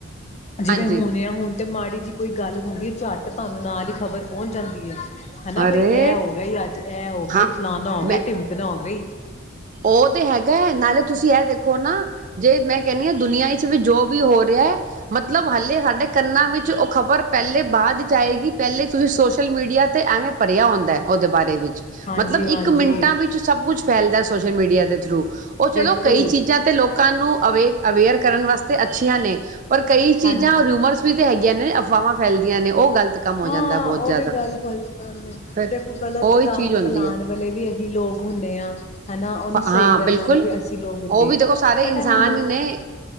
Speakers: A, on the left; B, on the right.
A: ਜਿਵੇਂ
B: ਹਾਂਜੀ
A: ਹੁਣ ਆ ਹੁਣ ਤੇ ਮਾੜੀ ਜੀ ਕੋਈ ਗੱਲ ਹੁੰਦੀ ਹੈ। ਝੱਟ ਤੁਹਾਨੂੰ ਨਾਲ ਹੀ ਖ਼ਬਰ ਪਹੁੰਚ ਜਾਂਦੀ ਹੈ। ਹਨਾ ਬਈ
B: ਅਰੇ
A: ਇਹ ਹੋ ਗਿਆ ਅੱਜ ਇਹ ਹੋ ਗਿਆ ਗਈ
B: ਹਾਂ
A: ਫਲਾਨਾ ਹੋ ਗਈ
B: ਮੈਂ
A: ਟਿਮਪਨ ਹੋ ਗਈ।
B: ਉਹ ਤੇ ਹੈਗਾ ਹੈ ਨਾਲੇ ਤੁਸੀਂ ਇਹ ਦੇਖੋ ਨਾ ਜੇ ਮੈਂ ਕਹਿੰਦੀ ਹਾਂ ਦੁਨੀਆਂ ਵਿੱਚ ਵੀ ਜੋ ਵੀ ਹੋ ਰਿਹਾ ਮਤਲਬ ਹਾਲੇ ਸਾਡੇ ਕੰਨਾਂ ਵਿੱਚ ਉਹ ਖ਼ਬਰ ਪਹਿਲੇ ਬਾਅਦ ਚ ਆਏਗੀ। ਪਹਿਲੇ ਤੁਸੀਂ ਸੋਸ਼ਲ ਮੀਡੀਆ ਅਤੇ ਐਵੇਂ ਪਰ੍ਹਿਆ ਹੁੰਦਾ ਉਹਦੇ ਬਾਰੇ ਵਿੱਚ
A: ਹਾਂਜੀ
B: ਮਤਲਬ
A: ਹਾਂਜੀ
B: ਇੱਕ ਮਿੰਟਾਂ ਵਿੱਚ ਸਭ ਕੁਛ ਫੈਲਦਾ। ਸੋਸ਼ਲ ਮੀਡੀਆ ਦੇ ਥਰੂ ਉਹ
A: ਬਿਲਕੁਲ
B: ਚਲੋ ਕਈ ਚੀਜ਼ਾਂ ਤੇ ਲੋਕਾਂ ਨੂੰ ਅਵੇਕ ਅਵੇਅਰ ਕਰਨ ਵਾਸਤੇ ਅੱਛੀਆਂ ਨੇ, ਪਰ ਕਈ
A: ਹਾਂਜੀ
B: ਚੀਜ਼ਾਂ ਰੂਮਰਸ ਵੀ ਤੇ ਹੈਗੀਆਂ ਨੇ। ਅਫਵਾਹਾਂ। ਫੈਲਦੀਆਂ ਨੇ ਉਹ ਗ਼ਲਤ ਕੰਮ ਹੋ
A: ਹਾਂ
B: ਜਾਂਦਾ ਬਹੁਤ
A: ਉਹ
B: ਜ਼ਿਆਦਾ
A: ਵੀ ਗੱਲ ਗਲਤ।
B: ਫਿਰ
A: ਦੇਖੋ ਗ਼ਲਤ
B: ਉਹੀ
A: ਕੰਮ
B: ਚੀਜ਼ ਹੁੰਦੀ
A: ਫੈਲਾਨ
B: ਹੈ
A: ਵਾਲੇ ਵੀ ਏਹੀ ਲੋਕ ਹੁੰਦੇ ਆ ਹਨਾ। ਉਹਨੂੰ
B: ਹਾਂ
A: ਸਹੀ ਕਰਨ
B: ਬਿਲਕੁਲ
A: ਵਾਲੇ ਵੀ ਅਸੀਂ ਲੋਕ ਹੁੰਦੇ
B: ਉਹ ਵੀ
A: ਹਾਂ,
B: ਦੇਖੋ ਸਾਰੇ ਇਨਸਾਨ
A: ਬਟ ਐ ਹੁਣ ਲੋਕ
B: ਹੀ ਨੇ